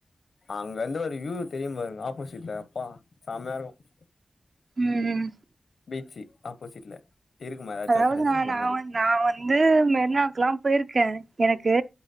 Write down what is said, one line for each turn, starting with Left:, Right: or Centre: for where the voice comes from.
Left: அங்க இருந்து ஒரு வியூ தெரியு பாருங்க ஆப்போசிட்ல ப்பா செமயா இருக்கு
Right: ம்
Left: பீச்சு ஆப்போசிட்ல இருக்குமா ஏதாச்சும்
Right: அதாவது
Left: ஒரு காலேஜ்ல
Right: நா
Left: அந்த
Right: நா
Left: மாரி
Right: வந் நா வந்து மெரினாக்கல்லா போயிருக்கே எனக்கு